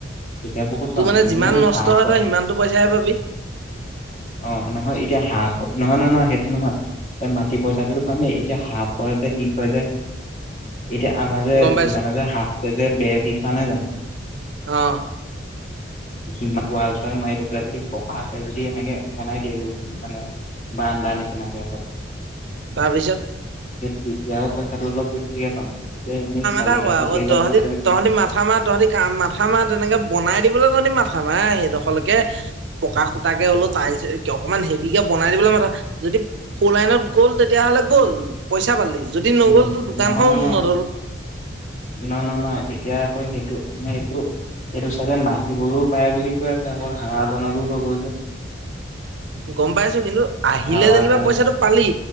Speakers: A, on the left; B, on the right.
A: তেতিয়া বহুত কম
B: তোৰ মানে
A: এনেও
B: যিমান নষ্ট
A: হাঁহ হয়,
B: তই সিমানটো পইচাহে পাবি
A: আহ নহয় এতিয়া সাঁ নহয় নহয় নহয় সেইটো নহয়, এই মাটি পইচাটোতো পামেই এতিয়া হাঁহ পোৱালিতে যে দি থয় যে। এতিয়া আমাৰ
B: গম পাইছো
A: দোকানত যে হাফ কে যে বেৰ দি থোৱা নাই জানো।
B: অহ।
A: সেইখিনি‌ ৱাল চাল মাৰি লৈ পেলাই যদি পকাকে যদি এনেকে বনাই দিয়ে মানে বাৰান্দা নিচিনাকৈ অলপ।
B: তাৰপিছত।
A: তেতিয়াও পইচাটো অলপ বেছিকে পাম। এতিয়া এনেই চালি
B: বনাবই
A: টাইপত
B: আকৌ
A: দিলে
B: তহঁতি
A: পইচাটো বেছি
B: তহঁতি
A: নাপাম
B: মাথা মাৰ তহঁতি কা মাথা মাৰ তেনেকে বনাই দিবলৈ যদি মাথা মাৰ সেইদখৰলেকে, পকা খুটাকে লো তাইল অকনমান হেভি কে বনাই দিবলৈ মাথা যদি ফুৰ লাইনত গ'ল তেতিয়া হলে গ'ল পইচা পালি যদি নগ'ল
A: উম
B: তো দোকানখন
A: নহয়
B: উন্নত
A: ন ন নাই? এতিয়া আকৌ সেইটো মানে এইটো এইটো চাইডে নাহিবলৈও পায় বুলি কৈ আছে আকৌ হাহজনৰো হৈ গল যে।
B: গম পাইছো কিন্তু আহিলে
A: হাৱাজান
B: যেনিবা পইচাটো পালি